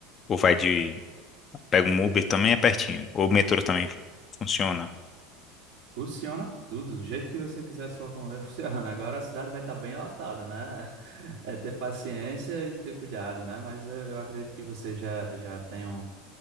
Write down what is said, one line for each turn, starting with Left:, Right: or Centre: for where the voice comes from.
Left: ou vai de. Pega um Uber também, é pertinho. Ou o metrô também fu- funciona.
Right: Funciona tudo, do jeito que você quiser se locomover, <laughs> funciona. Agora a cidade vai estar bem lotada, né? <laughs> É ter paciência e ter cuidado, né? Mas eu, eu acredito que você já, já tem um,